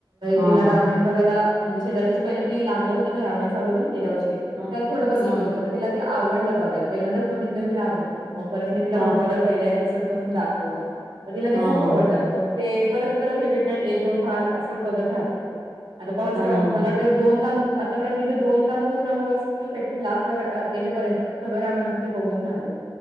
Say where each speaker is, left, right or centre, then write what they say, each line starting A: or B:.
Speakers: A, on the right; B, on the right.
A: हा
B: तिला
A: हा
B: रामायण बघायला म्हणे शेजऱ्यांच्या पहिला ती लाग होतं ना रामाय चालू होत ना गेल्यार्षी त्याला
A: हा
B: थोडं बघितलं
A: हा
B: होते मग तिला ते आवडलं बघाला पहिल्यांदाच बघितलं तिला आवडलं मग परत मी तिला
A: हा
B: मोबाईलवर पहिल्या एपिसोड पासून दाखवलं म तिला ते
A: हा
B: खूप
A: हा
B: आवडलं
A: हा.
B: मग ते परत परत रिपीटेड एक दोन भाग अस बघत राहते आता फस्ट
A: हा हा
B: मला
A: हा
B: दोन ना आतापर्यंत तिथं दोनदा पूर्ण first to second last end पर्यंत सगळ रामाण तिथं बघून झालं